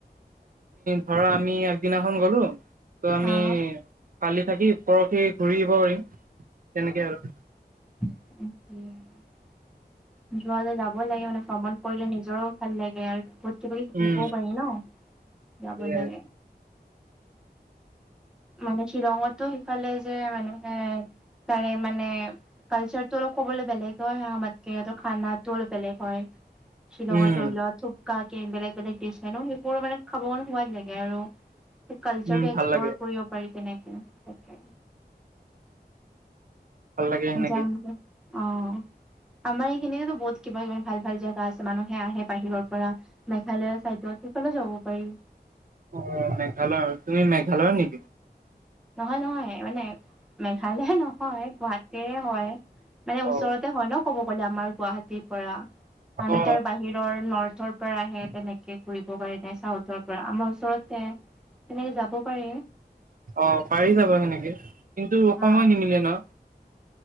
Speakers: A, on the right; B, in the centre.
A: ধৰা আমি একদিনাখন গলো ত' আমি
B: হা
A: কালি থাকি পৰহি ঘূৰিব পাৰিম তেনেকে আৰু।
B: <unintelligible> লাগে মানে ভ্ৰমণ কৰিলে নিজৰো ভাল লাগে আৰু বহুত কিবা কিবি শিকিবও
A: উম
B: পাৰি ন যাব
A: সেয়াই
B: লাগে। মানে শ্বিলঙতো সিফালে যে মানুহে তাৰে মানে কালচাৰ টো অলপ ক'বলৈ বেলেগে হয় আমাতকে সিহঁতৰ খানাটো অলপ বেলেগ হয়। শ্বিলঙত
A: উম
B: ধৰি লোৱা থোপকা বেলেগ বেলেগ ডিচ হয় ন সেইবোৰ মানে খাব কাৰণে সোৱাদ লাগে আৰু কালচাৰ
A: উম
B: টো এক্সপ্ল'ৰ
A: ভাল লাগে
B: কৰিব পাৰি তেনেকে। তাকে
A: ভাল লাগে সেনেকে
B: যাম যাম অ'। আমাৰ এইখিনিৰিতো বহুত কিবা ইমান ভাল ভাল জেগা আছে মানুহে আহে বাহিৰৰ পৰা। মেঘালয়া চাইডত সেইফালো যাব পাৰি।
A: অ', মেঘালয় তুমি মেঘালয়ৰ নেকি?
B: নহয় নহয় মানে মেঘালয় ন হয় গুৱাহাটী হয় মানে ওচৰতে
A: অ
B: হয় ন ক'ব গ'লে আমাৰ গুৱাহাটী পৰা মানে
A: অ
B: তাৰ বাহিৰ নৰ্থৰ পৰা আহে তেনেকে ঘুৰিব কাৰণে চাউথৰ পৰা আমাৰ ওচৰতে। তেনেকে যাব পাৰে।
A: অ', পাৰি যাব সেনেকে কিন্তু
B: হা
A: সময় নিমিলে ন।